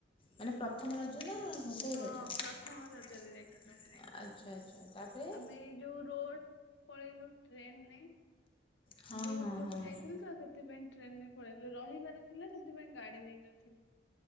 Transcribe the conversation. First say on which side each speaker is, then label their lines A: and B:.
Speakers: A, on the left; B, on the left.
A: ମାନେ ପ୍ରଥମ ରଜ ନା କୋଉ
B: ହଁ
A: ରଜ?
B: ପ୍ରଥମ
A: ଆଚ୍ଛା
B: ରଜରେ ଯାଇଥିଲୁ
A: ଆଚ୍ଛା ତା ପରେ।
B: ଆମେ ଏଇ ଯୋଉ ରୋଡ ପଳେଇଲୁ ଟ୍ରେନରେ
A: ହଁ
B: ବୋଉତ
A: ହଁ
B: ଲୋକ
A: ହଁ
B: ଯାଇଥିଲେ ତ ସେ ସେଥିପାଇଁ ଟ୍ରେନରେ ପଳେଇଲୁ ରହିବାର ଥିଲା ସେଥିପାଇଁ ଗାଡି ନେଇନଥିଲୁ।